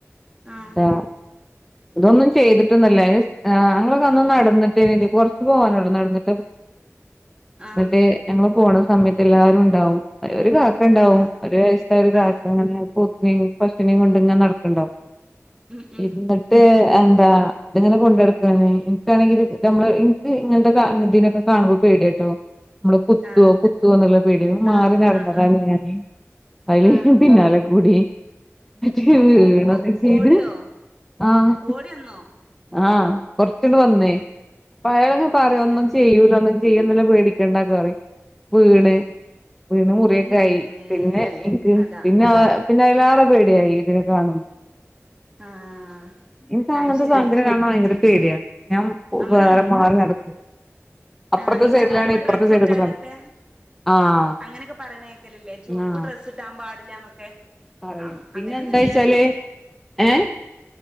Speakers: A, on the right; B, in the centre.
A: ആഹ്
B: എന്താ ഇതൊന്നും ചെയ്തിട്ടന്നുല്ല. അയിന് ആഹ് ഞങ്ങളൊക്കന്ന് നടന്നിട്ടേന്നു കൊർച്ച് പോവാനൊള്ളൂ നടന്നി
A: ആ
B: ട്ടന്നിട്ട് ഞങ്ങള് പോണ സമയത്ത് എല്ലാരുണ്ടാവും. ഒരു കാക്കണ്ടാവും.
A: ആ
B: ഒരു വയസ്സായ ഒരു കാക്ക
A: ആ
B: അങ്ങനെ പോത്തിനേയും പശൂനേയും കൊണ്ട് ഇങ്ങനെ നടക്ക്ണ്ടാവും.
A: ഉം ഉം
B: ഇ ട്ട് എന്താ ഇത്ങ്ങനെ കൊണ്ടടക്കാണ്. ഇൻക്കാണെങ്കി ഇത് ഇതമ്മള് ഇൻക്ക് ഇങ്ങൻത്തെ കാ പോത്തിനൊക്കെ കാണുമ്പോ പേടിയാട്ടോ ഞമ്മളെ കുത്തോ
A: ആ
B: കുത്തോന്ന്ള്ള പേടിയേന്നു. അപ്പൊ
A: ആ
B: മാറി നടന്നതാണ്
A: ആ ആ
B: ഞാന് അയില്
A: ആ
B: പിന്നാലെ കൂടി ഇന്നിട്ട്
A: ഓ
B: വീണൊക്കെ
A: ഓ
B: ചെയ്ത്
A: ഓടിയോ
B: ആഹ്
A: ഓടി വന്നോ
B: ആഹ് കൊർച്ച്ങ്ങ്ട് വന്നേ. അപ്പയാള് പറഞ്ഞു ഒന്നും
A: ഉം
B: ചെയ്യൂല ഒന്നും ചെയ്യ യ്യൂല്ല പേടിക്കണ്ടാന്ന് പറഞ്ഞു വീണ്
A: ഉം
B: വീണ് മുറിയൊക്കായി
A: ഇമ്മേ
B: പിന്നെ ഇൻക്ക്
A: അതാ
B: പിന്നെ ആ പിന്നെ അയിലേറെ പേടിയായി ഇതിനെ കാണുമ്പോ
A: ആഹ്
B: ഇൻക്ക് അങ്ങൻത്തെ
A: അത് ശരി
B: സാനത്തിനെ കാണ്ണെ ഭയങ്കര പേടിയ ഞാൻ
A: നമ്മള്
B: വേറെ മാറി നടക്കും. അപ്പുറത്തെ
A: ആഹ് ഈ
B: സൈഡിലാണ്
A: ചൊവപ്പ്
B: ഇപ്പുറത്തെ
A: ഡ്രസ്സ്
B: സൈഡിൽ
A: ഇട്ടാലൊക്കെ
B: കൂടെ ആഹ്
A: അങ്ങനെ ഒക്കെ പറയ്ണ കേക്കല് ഇല്ലേ ചുവപ്പ്
B: ആഹ്
A: ഡ്രെസ് ഇടാൻ പാടില്ലാന്നൊക്കെ
B: പറയും
A: ആഹ്
B: പിന്നെ
A: അങ്ങനെന്നും
B: എന്താച്ചാല്
A: ഇല്ലട്ടോ
B: ഏഹ്